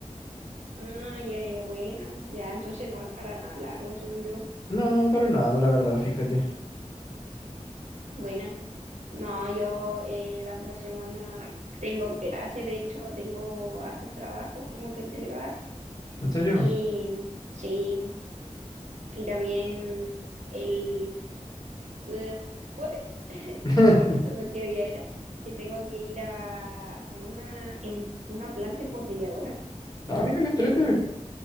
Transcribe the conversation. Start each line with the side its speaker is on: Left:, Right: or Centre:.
Right: Ah, ya, ya, buena. Ya, entonces no es para largo, según yo.
Left: No, para nada, la verdad, fíjate.
Right: Buena. No, yo eh, la otra semana tengo clase, de hecho tengo hartos trabajos como que entregar
Left: ¿En serio?
Right: y sí, y también el eh, jueves, <laughs> estaba
Left: <laughs>
Right: pensando qué día era, que tengo que ir a, a una, em- una planta embotelladora.
Left: ah mira qué entrete.